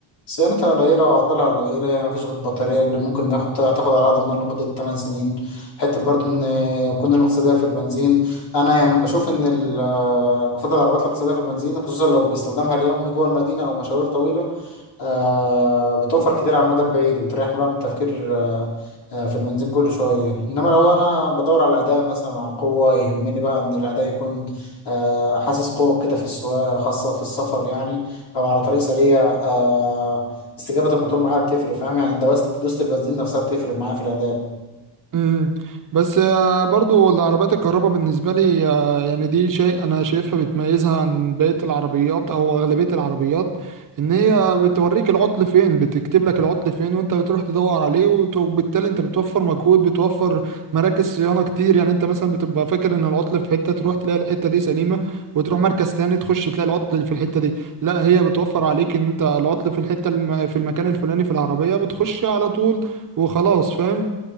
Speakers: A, on the left; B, on the right.
A: صيانتها قليلة وعطلها قليلة يعني مفيش غير البطارية اللي ممكن ناخد تاخد على ضمان لمدة 8 سنين حتة برضو إن كنا نقصدها في البنزين أنا يعني بشوف إن ال- بفضل العربيات الاقتصادية في البنزين خصوصا لو باستخدامها اليومي جوه المدينة أو مشاوير طويلة آه بتوفر كتير على المدى البعيد وبتريحنا بقى من التفكير آه آه في البنزين كل شوية إنما لو أنا بدور على الأداء مثلا على القوة يهمني بقى إن الأداء يكون آه حاسس قوة كده في السواقة خاصة في السفر يعني أو على طريق سريع آه استجابة الموتور معايا بتفرق فاهم يعني دوست دوست البنزين نفسها بتفرق معايا في الأداء
B: امم بس آه، برضو العربيات الكهرباء بالنسبه لي آه، يعني دي شيء انا شايفها بتميزها عن بقيه العربيات او اغلبيه العربيات ان هي بتوريك العطل فين بتكتب لك العطل فين وانت بتروح تدور عليه وت- وبالتالي انت بتوفر مجهود بتوفر مراكز صيانه كتير يعني انت مثلا بتبقى فاكر ان العطل في حته تروح تلاقي الحته دي سليمه وتروح مركز تاني تخش تلاقي العطل في الحته دي لا هي بتوفر عليك ان انت العطل في الحته الم... في المكان الفلاني في العربيه بتخش على طول وخلاص فاهم